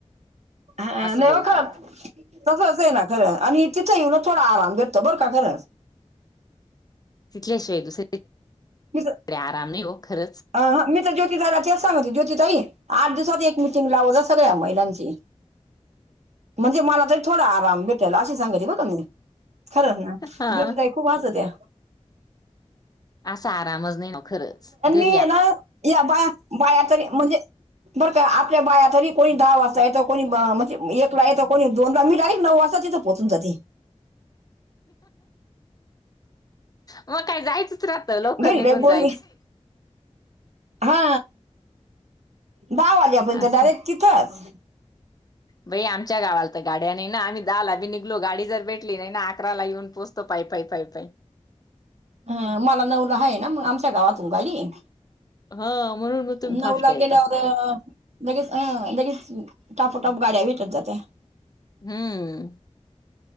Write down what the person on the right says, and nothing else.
हा
नाही
ब खरं तसंच आहे ना खरं आणि तिथं येऊ ना थोडा आराम भेटतो बरं का खरंच
नी ज
अ हं मी तर ज्योतीताईला तेच सांगंती ज्योती ताई आठ दिवसात एक मिटिंग लावत जा सगळ्या म पलाजी म्हणजे मला तरी थोडा आराम भेटायला अशी सांगायची नत मी खरं ना
ज्योतीताई खूप वासत या.
ये ना या बा बाया तरी म्हणजे बरं का आपल्या बाया तरी कोणी दहा वाजता येतं कोणी म्हणजे एकला येत कोणी दोनज मी डायरेक्ट नऊ वाजता तिथं पोहचून जाते.
घरी
नाही बोली
हा दहा वाजेपर्यंत
डायरेक्ट तिथंच.
ह मला नवला हाय ना मग आमच्या गावातून गाडी हेय.
नऊला
गेल्यावर लगेच अं लगेच टापोटाप गाड्या भेटत जात्या.